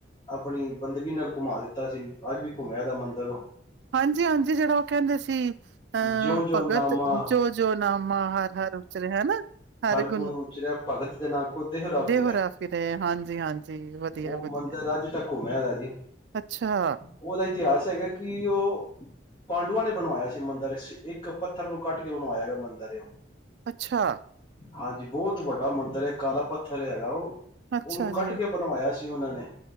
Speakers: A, on the left; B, on the right.
A: ਆਪਣੀ ਬੰਦਗੀ ਨਾਲ ਘੁਮਾ ਦਿੱਤਾ ਸੀ ਅੱਜ ਵੀ ਘੁੰਮਿਆ ਦਾ ਮੰਦਿਰ ਉਹ
B: ਹਾਂਜੀ ਹਾਂਜੀ ਜਿਹੜਾ ਉਹ ਕਹਿੰਦੇ ਸੀ ਆ
A: ਜਿਉਂ ਜਿਉਂ
B: ਭਗਤ
A: ਨਾਮਾ
B: ਜੋ ਜੋ ਨਾਮਾ ਹਰ ਉਚ ਰ ਹਨਾ ਹਰ
A: ਗੁਣ
B: ਗੁਣੂ
A: ਉਚਰੈ ਭਗਤ ਜਨਾਂ ਕੋ ਦੇਹਰਾ
B: ਦੇਹ
A: ਫਿਰੈ
B: ਰਾਫੀ ਰਹੇ ਹਾਂਜੀ ਹਾਂਜੀ ਵਧੀਆ
A: ਉਹ
B: ਵਧੀਆ
A: ਮੰਦਿਰ ਅੱਜ ਤੱਕ ਘੁੰਮਿਆ ਦਾ ਜੀ
B: ਅੱਛਾ
A: ਉਹਦਾ ਇਤਿਹਾਸ ਹੈਗਾ ਕਿ ਉਹ ਪਾਂਡੂਆਂ ਨੇ ਬਣਵਾਇਆ ਸੀ ਮੰਦਿਰ ਇੱਕ ਪੱਥਰ ਨੂੰ ਕੱਢ ਕੇ ਬਣਵਾਇਆ ਗਿਆ ਮੰਦਿਰ ਓ
B: ਅੱਛਾ
A: ਹਾਂਜੀ ਬਹੁਤ ਵੱਡਾ ਮੰਦਿਰ ਹੈ ਕਾਲਾ ਪੱਥਰ ਹੈਗਾ ਉਹ
B: ਅੱਛਾ
A: ਉਹਨੂੰ ਕੱਟ
B: ਜੀ
A: ਕੇ ਬਣਵਾਇਆ ਸੀ ਉਹਨਾਂ ਨੇ